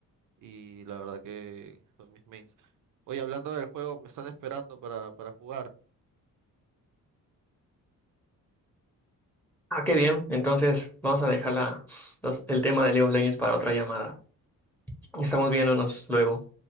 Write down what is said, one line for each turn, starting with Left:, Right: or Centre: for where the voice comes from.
Right: y la verdad que son mis mains. Oye, hablando del juego, me están esperando para, para jugar.
Centre: Ah, qué bien. Entonces vamos a dejar la- los- el tema de League of Legends para otra llamada. Estamos viéndonos luego.